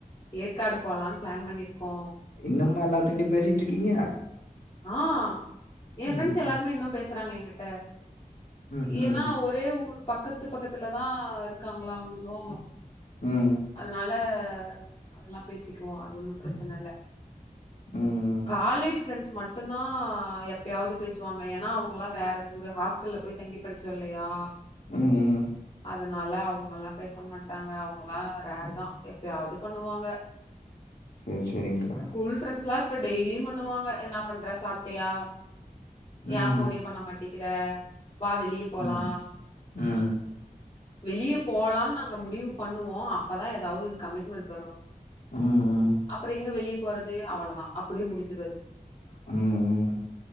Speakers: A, on the left (about 35°); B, on the left (about 75°).
A: ஏற்காடு போலான்னு பிளான் பண்ணியிருக்கோ
B: இன்னமா எல்லாத்துக்கிட்டியு பேசிட்டுருக்கீங்க
A: ஆ என்
B: ம்,
A: ரெண்ட்ஸ் எல்லாருமே
B: ம்,
A: இன்னு பேசுறாங்க என் கிட்ட
B: ம்ஹ்ம்.
A: ஏன்னா ஒ ரே ஊர் பக்கத்து பக்கத்துல தா இருக்காங்களா அவங்களு
B: ம்,
A: அதனால ஆ அதெல்லா பேசிக்குவோ அது ஒன்னு பிரச்சன இல்ல
B: ம்,
A: காலேஜ் ஃரெண்ட்ஸ் மாட் டுதா எப்பயாவது பேசுவாங்க ஏன்னா அவங்கலா வேற ஊரு ஹாஸ்டல்ல போய் தங்கி படிச்சோல்லையா
B: ம் ம்
A: அதனால அவங்கல்லா பேச மாட்டாங்க அவங்கலா ரேர் தா எப்பாயவது பண்ணுவாங்க
B: சரி, சரிங்கக்கா.
A: ஸ்கூல் ஃப்ரண்ட்ஸ் லா இப்ப டெய்லி பண்ணுவாங்க என்ன பண்ற சாப்டயா யா
B: ம்,
A: ஃபோன்னே பண்ண மாட்டேங்குற வா வெளியே போலா
B: ம், ம்
A: வெளிய போலான் நாங்க முடிவு பண்ணுவோ அப்பதா ஏதாவது ஒரு கமிட்மெண்ட் வரு
B: ம், ம்,
A: அப்பற எங்க வெளிய போறது அவ்வளதா அப்டியே முடிஞ்சிடு அது
B: ம், ம்.